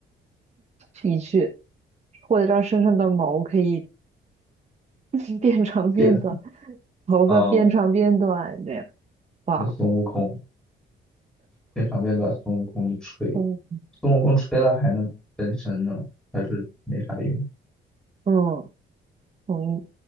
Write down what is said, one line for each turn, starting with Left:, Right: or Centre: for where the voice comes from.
Right: 的确，或者让身上的毛可以 <laughs> 变长变短，
Centre: 变
Right: 头发变长变短，
Centre: 嗯，
Right: 这样哇
Centre: 那孙悟空变长变短，孙悟空一吹，
Right: 嗯
Centre: 孙悟空吹了还能分身呢，他这没啥用。
Right: 嗯，同意。